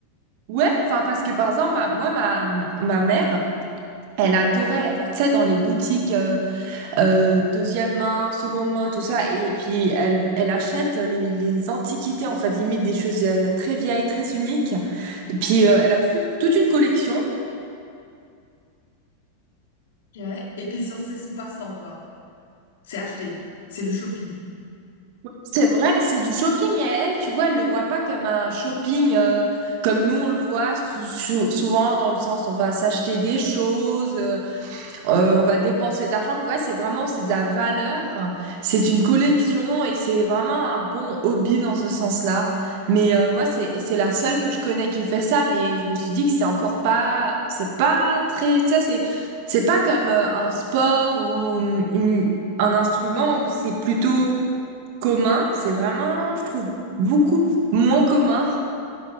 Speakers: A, on the right; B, on the left.
A: ouais enfin parce que par exemple ma- moi ma ma mère elle adorait
B: Mhm.
A: elle va, tu sais dans les boutiques euh, euh, deuxième main, seconde main, tout ça. Et, puis, elle, elle achète les, les antiquités, en fait, limite des choses euh, très vieilles, très uniques. Et puis, euh, elle a tout- toute une collection.
B: Ok. Et puis, sur- c'est son passe-temps, quoi. C'est acheter, c'est du shopping.
A: C'est vrai, c'est du shopping et elle, tu vois, elle le voit pas comme un shopping euh, comme nous on le voit sou- sou- souvent dans le sens on va s'acheter des choses, euh, Euh, on va dépenser de l'argent. Pour elle, c'est vraiment, c'est de la valeur. C'est une collection et c'est vraiment un bon hobby dans ce sens-là. Mais euh, moi, c'est, c'est la seule que je connais qui fait ça. Mais je me suis dit que c'est encore pas, c'est pas très, tu sais, c'est, c'est pas comme euh, un sport ou hum, une- un instrument où c'est plutôt commun. C'est vraiment, je trouve, beaucoup moins commun.